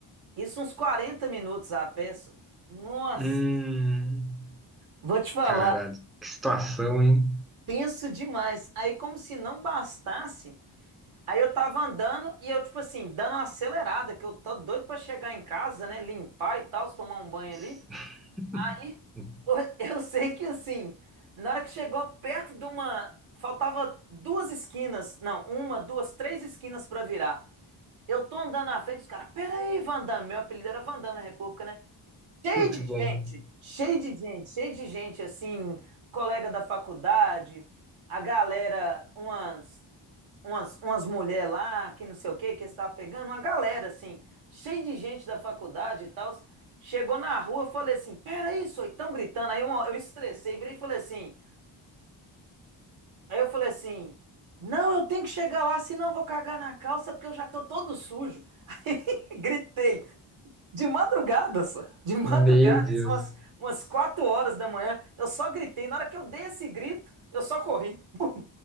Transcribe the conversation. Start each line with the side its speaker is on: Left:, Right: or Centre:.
Right: Isso uns 40 minutos a pé. só. Nossa,
Centre: Hum.
Right: vou te falar.
Centre: Cara, que situação, hein?
Right: Tenso demais. Aí, como se não bastasse, aí eu tava andando e eu, tipo assim, dando uma acelerada, que eu tô doido pra chegar em casa, né? Limpar e tal, tomar um banho
Centre: <laughs>
Right: ali. Aí <laughs> eu eu sei que assim, na hora que chegou perto de uma. Faltava duas esquinas, não, uma, duas, três esquinas pra virar. Eu tô andando na frente, os caras, peraí, Van Damme, meu apelido era Van Damme na República, né? Cheio
Centre: Muito
Right: de
Centre: bom.
Right: gente, cheio de gente, cheio de gente, assim, colega da faculdade, a galera, umas, umas, umas mulheres lá, que não sei o que, que estava pegando, uma galera, assim, cheio de gente da faculdade e tal. Chegou na rua, eu falei assim, peraí, só estão gritando. Aí uma- eu estressei, virei e falei assim, aí eu falei assim, não, eu tenho que chegar lá, senão eu vou cagar na calça, porque eu já tô todo sujo. <laughs> Aí gritei. De madrugada, só. De madrugada,
Centre: Meu Deus.
Right: são umas, umas 4 horas da manhã. Eu só gritei. Na hora que eu dei esse grito, eu só corri. <laughs>